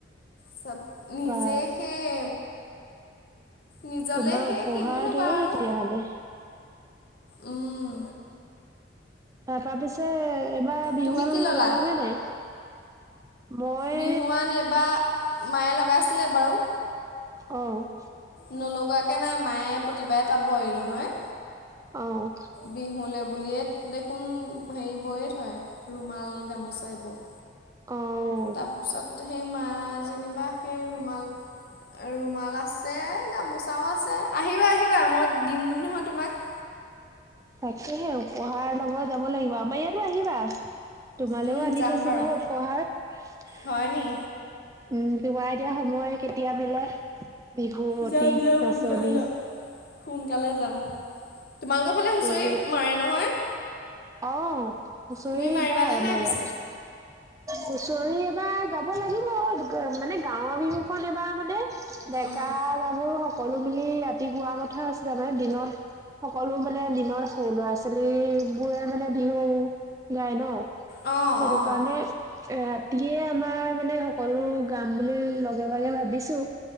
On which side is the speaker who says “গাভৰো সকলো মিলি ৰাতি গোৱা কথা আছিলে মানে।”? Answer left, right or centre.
Right